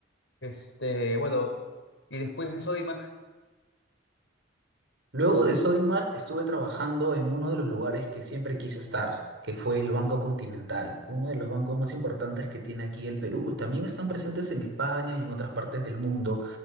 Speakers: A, on the left; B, on the right.
A: Este, bueno, y después en Sodimac,
B: Luego de Sodimac estuve trabajando en uno de los lugares que siempre quise estar, que fue el Banco Continental, uno de los bancos más importantes que tiene aquí el Perú. También están presentes en España y en otras partes del mundo.